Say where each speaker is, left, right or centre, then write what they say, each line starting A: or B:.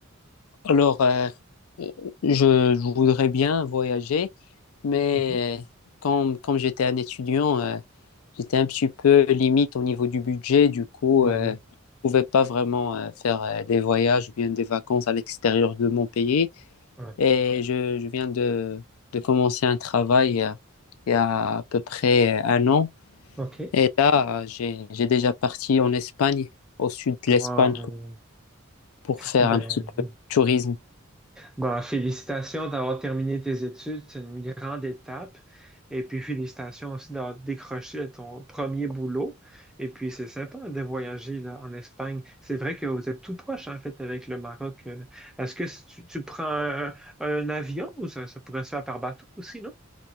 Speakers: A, on the left; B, in the centre.
A: Alors, euh, je, je voudrais bien voyager, mais
B: Mhm.
A: euh, quand, quand j'étais un étudiant, euh, j'étais un petit peu limite au niveau du budget, du coup,
B: Ben
A: euh,
B: oui.
A: je ne pouvais pas vraiment euh, faire euh, des voyages ou bien des vacances à l'extérieur de mon pays.
B: Ouais.
A: Et je, je viens de, de commencer un travail il y a, il y a à peu près euh, un an.
B: OK.
A: Et là, euh, j'ai, j'ai déjà parti en Espagne, au sud de l'Espagne,
B: Wow.
A: pour faire
B: Ben,
A: un petit peu de tourisme.
B: ben, félicitations d'avoir terminé tes études. C'est une grande étape. Et puis félicitations aussi d'avoir décroché ton premier boulot. Et puis c'est sympa de voyager là, en Espagne. C'est vrai que vous êtes tout proche en fait avec le Maroc. Euh, Est-ce que tu, tu prends un, un avion ou ça, ça pourrait se faire par bateau aussi, non?